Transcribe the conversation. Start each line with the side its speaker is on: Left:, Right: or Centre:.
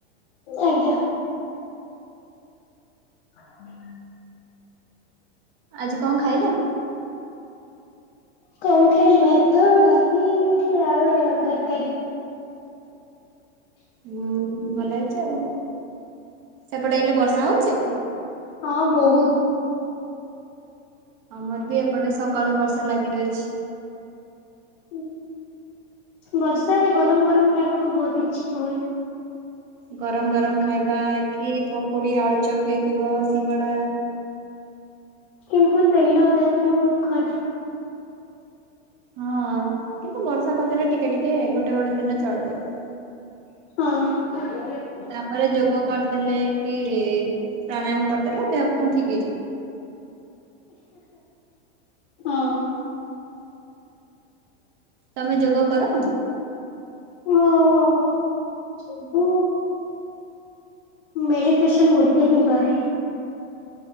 Left: ଆଜ୍ଞା। ହୁଁ
Right: ଆଜି କଣ ଖାଇଲୁ?
Left: କଣ ଖାଇଲି ଭାତ ଡାଲି ଆଳୁ ବାଇଗଣ ତରକାରୀ।
Right: ହୁଁ ଭଲ ହେଇଛି ଆଉ ସେପଟେ ହେଲେ ବର୍ଷା ହଉଛି।
Left: ହଁ ବହୁତ।
Right: ଆମର ବି ଏପଟେ ସକାଳୁ ବର୍ଷା ଲାଗି ରହିଛି।
Left: ହ ବର୍ଷାରେ ଗରମ ଗରମ ଖାଇବାକୁ ବହୁତ ଇଚ୍ଛା ହୁଏ।
Right: ଗରମ ଗରମ ଖାଇବା କି ପକୁୋଡି ଆଳୁ ଚକ ହେଇଥିବ ସିଙ୍ଗଡା।
Left: କିନ୍ତୁ ତେଲ ଦେହ ପାଇଁ ବହୁତ ଖରାପ।
Right: ହଁ କିନ୍ତୁ ବର୍ଷା ପାଗରେ ଟିକେ ଟିକେ ଗୋଟେ ଗୋଟେ ଦିନ ଚଳିଯାଏ।
Left: ହଁ
Right: ତାପରେ ଯୋଗ କରିଦେଲେ କି ପ୍ରାଣାୟାମ କରିଦେଲେ ଦେହ କଣ ଠିକ ହେଇଯିବ।
Left: ହଁ।
Right: ତମେ ଯୋଗ କର।
Left: ହଁ ଯୋଗୁ। ମେଡିଟେଶନ୍ ଗୋଟେ ହି କରରେ।